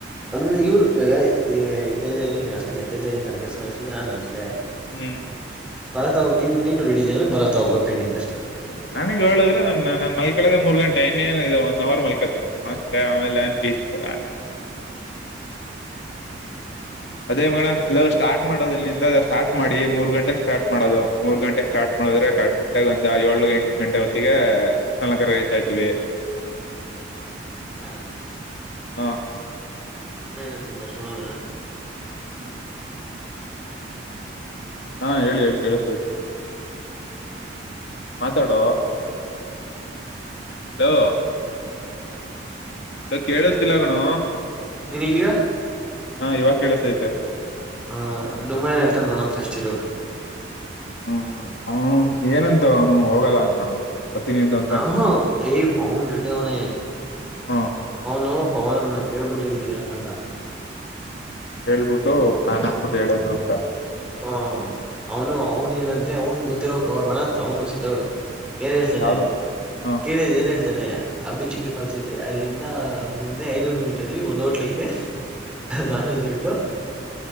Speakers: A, in the centre; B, on the left (about 65°).
A: ಅಲ್ಲಿರಿಂದ ಇವರು ಇವಾಗ ತೇಜವಿನಿನು ಅಷ್ಟಲೇ ತೇಜವಿ ಅಂತಲ್ಲ ಕೆಸಸ್ಕೊಂಡು ಅಷ್ಟಲೇ ನಾನು ಅಷ್ಟಲೇ
B: ಹ್ಮ್
A: ಬರತಾವ ನೀನ್ ನೀನು ರೆಡಿದೆ ಅಂದ್ರ ಬರತಾವ ಬ ಪೆಂಡಿಂಗ್ ಅಷ್ಟೆ
B: ಹ್ಮ ನನಗ್ ಹೇಳುದ್ರೆ ನ ನನ್ ಮಲ್ಕಳದೆ ಮೂರ್ ಗಂಟೆ ಇನ್ನೇನ ಇದೆ ಒಂದ ಅವರ್ ಮಲ್ಕತೀನಿ ಅಷ್ಟೇ ಆಮೇಲೆನ್ ಪೀಸ್ <inaudible> ಅದೇ
A: ಏನಾಗ್ಬಿಡು
B: ಮಣ ಅಲ್ಲ ಸ್ಟಾರ್ಟ್ ಮಾಡೋದು ಇಲ್ಲಿಂದ ಸ್ಟಾರ್ಟ್ ಮಾಡಿ ಮೂರ್ ಗಂಟೆಗೆ ಸ್ಟಾರ್ಟ್ ಮಾಡೋದು ಮೂರ್ ಗಂಟೆಗೆ ಸ್ಟಾರ್ಟ್ ಮಾಡ ನೋದ್ರೆ ಕರೆಕ್ಟ್ಗ
A: ಸುಮ್ನೆ
B: ಒಂದ
A: ಪ್ಲಾನ್
B: ಏಳು
A: ಹಾಕೋದ್
B: ಎಂಟು
A: ಬೇಡ
B: ಗಂಟೆ ಹೊತ್ತಿಗೆ ಕುಸಲಕರ ರೀಚ್
A: ಕೇಳಿಲಿ
B: ಆಯ್ತಿವಿ
A: ಅಲ್ಲ
B: ಹಾ
A: ಸ್ ಸು ಬೇ ತುಂಬ ಏನ್ ಹೇತನ್ ಫಸ್ಟ್ ನೋಡೋಣ
B: ಹ್ಮ
A: ಹಲೋ
B: ಹಾ ಹೇಳಿ ಹೇಳಿ ಕೇಳಿಸತೈತೆ ಮಾತಾಡೋ ಹಲೋ ಇ ಕೇಳಿಸತಿಲ್ಲ ಕಣು
A: ನೀನಗೀಗ
B: ಹಾ ಇವಾಗ ಕೇಳಸೈತೆ
A: ಹಾ ಡುಮ್ಮನ ಹೇಳ್ತಾನ ನೋಡಂತ ಅಷ್ಟಿರು
B: ಹ್ಮ್ ಹ ಏನಂತವ ಅವನು ಹೋಗಲ್ಲ ಅಂದ ಅವನು ಬರ್ತೀನಿಂದ ಅಂತಾನೆ
A: ಹಾ ಹಾ ಪೌನ್ ರೀಡೆ ಅವನ
B: ಹ್ಮ
A: ಅವ ನ ಪವನನ್ನ ಕೇಳ್ಬಿಟ್ಟು ಹೇಳ್ತೀನಿ ಅಂತಂದ
B: ಹೇಳ್ಬಿಟ್ಟು ನಾನಕ್ಬಿಟ್ಟು ಹೇಳೋದು ಅಂತ
A: ಹ ಅವನು ಅವನ್ ಏನಂದ್ರಿ ಅವನ್ ಗೊತ್ತಿರೋ ಕವರ್ ಮಾಡಂತ ಅವನು ಚಿತ್ರೋಡು ಏನ್ ಹೇಳ್ತಾನೆ
B: ಯಾರು ಹ
A: ಕೇಳಿ ಏನ್ ಹೇಳ್ತ ನೆ ಅಬ್ಬಿಚಿಕ್ಕಿ ಫಾಲ್ಸ್ ಐತೆ ಅಲ್ಲಿಂದ ಮುಂದೆ ಐನೂರು ಮೀಟರ್ ಅಲ್ಲಿ ಒಂದ್ ಹೋಟ್ಲ ಐತೆ
B: ಹ್ಮ್
A: ನಾನಜೋಟ್ಲು